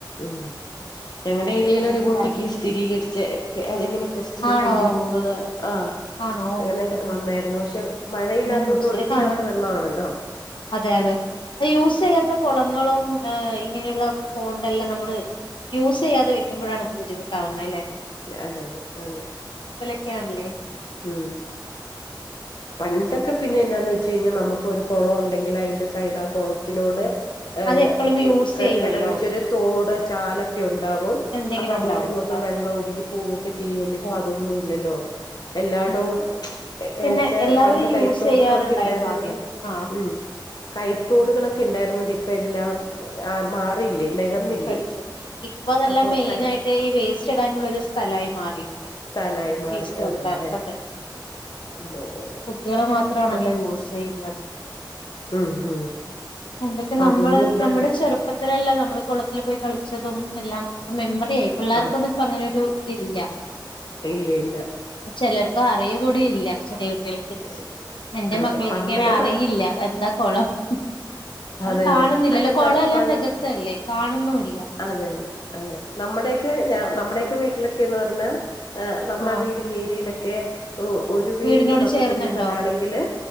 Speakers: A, on the left; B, on the left.
A: മ്... ഞങ്ങളുടെ ഏരിയയിലെ ഒരു കുട്ടിക്ക്
B: ബാധിക്കും
A: സ്ഥിരീകരിച് ചെ.. കെ... അതിങ്ങനെ ടെസ്റ്റിന്
B: ആണോ
A: കൊണ്ടുപോകാൻ ആ...
B: ആണോ
A: അങ്ങനെ
B: ആഹ് ആഹ്
A: വന്നായിരുന്നു ക്ഷെവു മഴയില്ലാതോണ്ട്
B: ന്യൂസില്
A: ഒഴുക്കില്ലാത്ത
B: കാണാ
A: വെള്ളാ ണല്ലോ...
B: അതെ അതെ യൂസ് ചെയ്യാത്ത കുളങ്ങളും ഹ്... ആ... ഇങ്ങനെയുള്ള ഫോണെല്ലാം നമ്മള് യൂസ് ചെയ്യാതെ വെക്കുമ്പോഴാണ് അത് ബുദ്ധിമുട്ടാവുന്നത് അല്ലെ
A: നാ... അതെ.. തെ... അതെ
B: വിളിക്കാറില്ലേ...
A: മ്... പണ്ട് ഇതൊക്കെ പിന്നെ എന്നാന്ന് വെച്ച് കഴിഞ്ഞാൽ നമുക്ക് ഒരു കുളം ഉണ്ടെങ്കിൽ അതിന്റെ സൈഡ് ആ കുളത്തിനോട് ഏ...
B: അത് എപ്പോഴും
A: <inaudible>
B: യൂസ് ചെയ്യുവല്ലോ
A: കിടപിടിച്ചൊരു തോട് ചാലൊക്കെയുണ്ട് ഉണ്ടാകും.
B: എന്തെങ്കിലും
A: അപ്പൊ അങ്ങോട്ടും
B: ഉണ്ടാവും
A: ഇങ്ങോട്ടും
B: ഉണ്ടാവും
A: വെള്ളം ഒഴുകി പോവുവൊക്കെ ചെയ്യോല്ലോ, ഇപ്പൊ
B: പോവും
A: അതൊന്നും ഇല്ലല്ലോ എല്ലായിടവും,
B: ഉം ഉം. പിന്നെ
A: എന്ന് ചാ
B: എല്ലാവരും
A: പണ്ട് കൈത്തോടുകളൊക്കെ
B: യൂസ് ചെയ്യാറുണ്ടായിരുന്നു
A: ഉണ്ടായിരുന്നത്.
B: ആദ്യം ആഹ്
A: ഉം... കൈത്തോടുകളൊക്കെ ഉണ്ടായിരുന്നത് ഇപ്പൊ... ഇപ്പം എല്ലാം ആൾ മാറിയില്ലേ നികന്നില്ലേ
B: <unintelligible> ഇപ്പോ നല്ല
A: അപ്പൊ
B: മെയിനായിട്ട്
A: കൈ
B: ഈ വേസ്റ്റ് ഇടാനുള്ള ഒരു സ്ഥലായി മാറിയിരിക്ണ്.
A: സ്ഥലായി മാറി
B: വേസ്റ്റുണ്ട...
A: അത് തന്നെ
B: അതെ
A: അതെ അതെ അതെ
B: കുട്ടികള് മാത്രമാണല്ലോ
A: ഇപ്പൊ
B: യൂസ് ചെയ്യുന്നത്.
A: ഉം ഉം
B: എന്തൊക്കെ
A: അപ്പൊ
B: നമ്മള്
A: അതൊന്നും ഇല്ല
B: നമ്മുടെ ചെറുപ്പത്തിലല്ല നമ്മൾ കുളത്തിൽ പോയി കളിച്ചതും എല്ലാം മെമ്പർ അതെ പിള്ളേക്കൊന്നും
A: ആ
B: ഇപ്പ അങ്ങനൊ ഒരു ത് ഇല്ല
A: ഇല്ല ഇല്ല
B: ചെലർക്ക്‌ അറിയുകൂടിയില്ല. ചെറിയ കുട്ടികൾക്ക്
A: ശ
B: എന്റെ
A: അതെ
B: മക്കൾക്കൊക്കെ
A: പണ്ടൊക്കെ
B: അറിയില്ല.
A: പ
B: എന്താ കൊളം ഹും അവര്
A: അതെ
B: കാണുന്നില്ല
A: അതെ അല്ല
B: കുളംല്ലാം
A: പ പ
B: നികത്തല്ലേ... കാണുന്നൂല്ല
A: അതെ അതെ അതെ... നമ്മുടെയൊക്കെ ഞ നമ്മുടെക്കെ വീട്ടിലൊക്കെ എന്ന് പറഞ്ഞാ ആ നമ്മുടെ
B: ആഹ്
A: വീടിന്റെ ഏരിയയിലക്കെ ക്കെ ഓ ഒരു വീട്ടില്
B: വീടിനോട്
A: പത്ത്
B: ചേർന്നുണ്ടോ
A: സെന്റ് സ്ഥലാ ണെങ്കില്